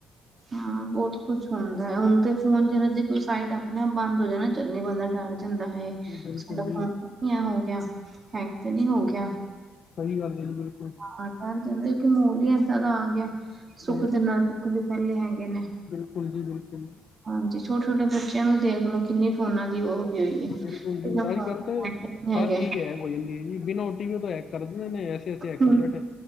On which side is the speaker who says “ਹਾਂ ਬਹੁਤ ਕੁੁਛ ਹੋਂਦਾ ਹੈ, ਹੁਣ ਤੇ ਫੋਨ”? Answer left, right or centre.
Right